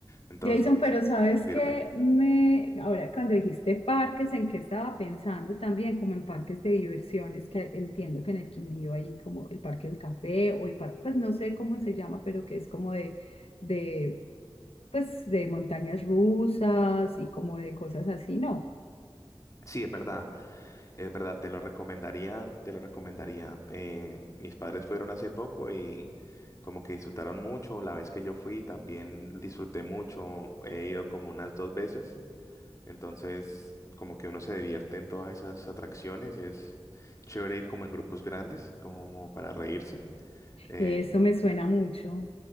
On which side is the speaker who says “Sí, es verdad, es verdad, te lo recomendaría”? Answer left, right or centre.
Left